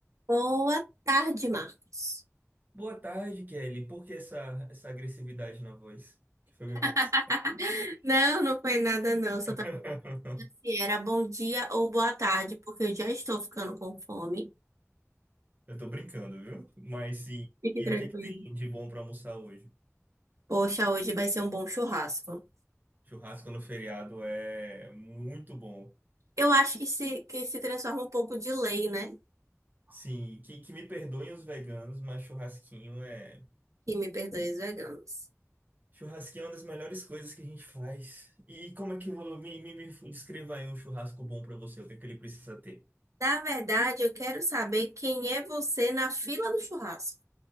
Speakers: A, on the right; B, on the right.
A: Boa tarde, Marcos.
B: Boa tarde, Kelly. Por que essa, essa agressividade na voz? O que foi que aconteceu?
A: <laughs> Não, não foi nada, não. Só
B: <laughs>
A: tava se era bom dia ou boa tarde, porque eu já estou ficando com fome.
B: Eu tô brincando, viu? Mas sim.
A: Fique
B: E
A: tranquilo.
B: o que é que tem de bom pra almoçar hoje?
A: Poxa, hoje vai ser um bom churrasco.
B: Churrasco no feriado é muito bom.
A: Eu acho que se, que se transforma um pouco de lei, né?
B: Sim, que, que me perdoem os veganos, mas churrasquinho é.
A: Que me perdoe os veganos.
B: Churrasquinho é uma das melhores coisas que a gente faz. E como é que eu vou. Me, me, me descreva aí um churrasco bom pra você, o que é que ele precisa ter?
A: Na verdade, eu quero saber quem é você na fila do churrasco.